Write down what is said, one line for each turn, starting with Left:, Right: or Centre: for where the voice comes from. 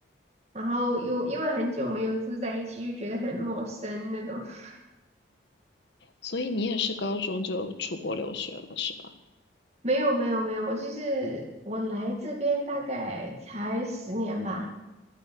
Right: 然后又因为很久没有住在一起，就觉得很陌生那种。<laughs>
Left: 所以你也是高中就出国留学了，是吧？
Right: 没有没有没有，我就是我来这边大概才十年吧，